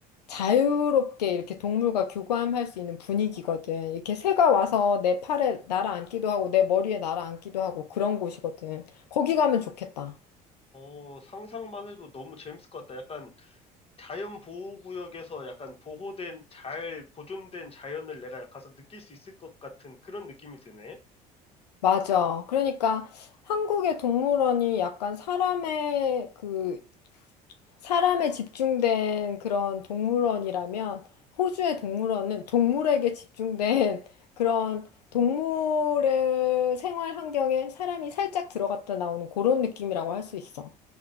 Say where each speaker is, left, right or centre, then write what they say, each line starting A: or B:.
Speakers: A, on the left; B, on the left.
A: 자유롭게 이렇게 동물과 교감할 수 있는 분위기거든. 이렇게 새가 와서 내 팔에 날아앉기도 하고, 내 머리에 날아앉기도 하고, 그런 곳이거든. 거기 가면 좋겠다.
B: 어, 상상만 해도 너무 재밌을 것 같다. 약간 자연 보호구역에서 약간 보호된, 잘 보존된 자연을 내가 가서 느낄 수 있을 것 같은 그런 느낌이 드네.
A: 맞아. 그러니까 한국의 동물원이 약간 사람의 그 사람에 집중된 그런 동물원이라면 호주의 동물원은 동물에게 집중된 <laughs> 그런 동물의 생활 환경에 사람이 살짝 들어갔다 나오는 그런 느낌이라고 할 수 있어.